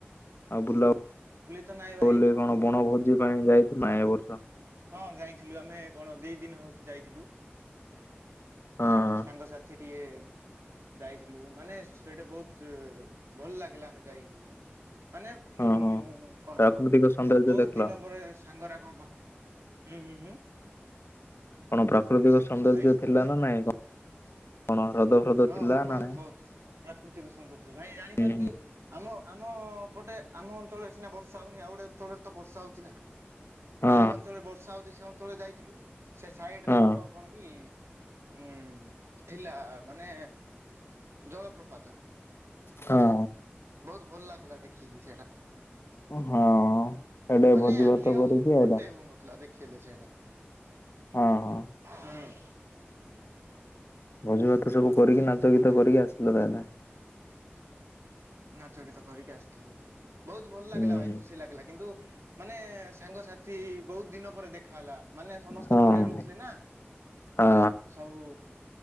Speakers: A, on the left; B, on the right.
A: ଆଉ ବୁଲାବୁଲି
B: ତ ନାଇଁ ଭାଇ
A: କଣ ବଣ ଭୋଜି ପାଇଁ ଯାଇ ନାଁ ଏ ବର୍ଷ?
B: ହଁ ଯାଇଥିଲୁ ଆମେ କଣ ଦି ଦିନ ହଉଚି ଯାଇଥିଲୁ
A: ହଁ ହଁ
B: ସାଙ୍ଗସାଥି ଟିଏ ଯାଇଥିଲୁ ମାନେ ସେଇଟା ବହୁତ ଉ ଭଲ ଲାଗିଲା ଆମେ ଯାଇକି। ମାନେ ଉମ୍
A: ହଁ ହଁ
B: କଣ
A: ପ୍ରାକୃତିକ ସୌନ୍ଦର୍ଯ୍ୟ
B: ବହୁତ
A: ଦେଖିଲ?
B: ଦିନ ପରେ ସାଙ୍ଗରାକ ଉମ୍ ହୁଁ।
A: କଣ ପ୍ରାକୃତିକ ସୌନ୍ଦର୍ଯ୍ୟ
B: ଭାଇ
A: ଥିଲା
B: କଣ କହିଲେ?
A: ନା ନାଇଁ କ କଣ? ହ୍ରଦ ଫ୍ରଦ
B: ହଁ
A: ଥିଲା
B: ହଁ ବହୁତ
A: ନା ନାଇଁ?
B: ବହୁତ ପ୍ରାକୃତିକ ସୌନ୍ଦର୍ଯ୍ୟ ଭାଇ ଜାଣିଚନ୍ତି
A: ହୁଁ
B: ଆମ ଆମ ପଟେ ଆମ ଅଞ୍ଚଳରେ ସିନା ବର୍ଷା ହଉନି ଆଉ ଗୋଟେ ଅଞ୍ଚଳରେ ତ ବର୍ଷା ହଉଚି ନା।
A: ହଁ
B: ଯୋଉ ଅଞ୍ଚଳରେ ବର୍ଷା ହଉଚି ସେ ଅଞ୍ଚଳରେ ଯାଇଥିଲୁ, ସେ ସାଇଡ
A: ହଁ
B: ରେ ଆମର କଣ କି ଉମ୍ ଥିଲା ମାନେ ଜଳପ୍ରପାତ।
A: ହଁ।
B: ବହୁତ ଭଲ ଲାଗିଲା ଦେଖିକି ସେଇଟା।
A: ହଁ ହଁ ସେଆଡେ
B: ମାନେ
A: ଭୋଜି
B: ଆଖି
A: ଭାତ
B: ଆଉ
A: କରିକି
B: ହଟେଇ
A: ଆଇଲ
B: ହଉନଥିଲା ଦେଖ ଖିଲେ ସେଇଟା।
A: ହଁ ହଁ
B: ହୁଁ
A: ଭୋଜିଭାତ ସବୁ କରିକି ନାଚ ଗୀତ କରିକି ଆସିଲ ତାହେଲେ ଆଁ?
B: ନାଚ ଗୀତ କରିକି ଆସିଥିଲୁ। ବହୁତ ଭଲ ଲାଗିଲା
A: ହୁଁ
B: ଭାଇ ଖୁସି ଲାଗିଲା କିନ୍ତୁ ମାନେ ସାଙ୍ଗସାଥି ବହୁତ ଦିନ ପରେ ଦେ ଖା ହେଲା। ମାନେ ସମସ୍ତେ
A: ହଁ
B: ବାହାରେ ରହୁଥିଲେ ନା,
A: ହଁ
B: ସବୁ